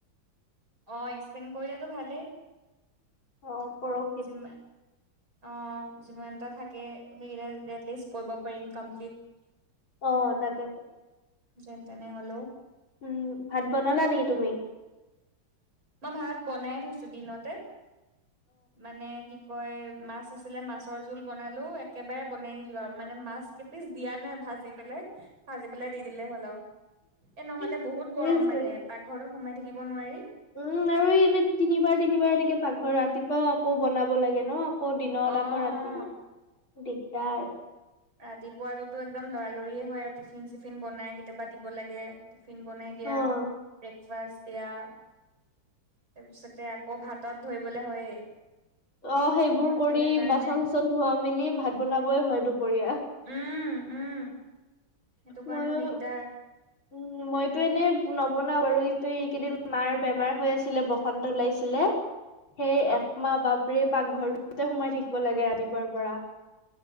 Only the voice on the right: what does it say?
অ এক্সটেড কৰিলোতো ভালেই।
যি ম অ যিমানটা থাকে সেইকেইটা এটলিষ্ট কৰিব পাৰিম কপ্লিট,
যেন তেনে হ'লেও।
মই ভাত বনাই থৈছো দিনতে মানে কি। কয় মাছ আছিলে মাছৰ জোল বনালোও একেবাৰে বনাই দিলো আৰু মানে মাছ। পিছ দিয়া নাই ভাজি পেলাই। ভাজি পেলাই দি দিলে হ'ল আৰুও এ নহলে
বহুত গৰম
মানে পাকঘৰটোত সোমাই থাকিব নোৱাৰি।
অ অ
ৰাতিপুৱাতো একদম লৰালৰিয়ে হয় আৰু টিফিন চিফিন বনাই কেতিয়াবা দিব লাগে। টিফিন বনাই দিয়া
ব্ৰেকফাষ্ট দিয়া। তাৰপিছতে আকৌ ভাতত ধৰিবলে হয়েই।
ভাতটো
সেইকাৰণে
উম উম সেইটো
কাৰণে দিগদাৰ।
<inaudible>